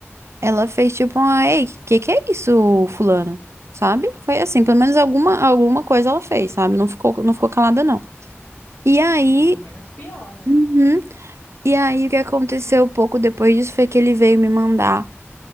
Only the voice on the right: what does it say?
ela fez tipo uma, ei, que que é isso, fulana? Sabe? Foi assim, pelo menos alguma, alguma coisa ela fez, sabe? Não ficou, não ficou calada, não. E aí,
Uhum. E aí, o que aconteceu pouco depois disso foi que ele veio me mandar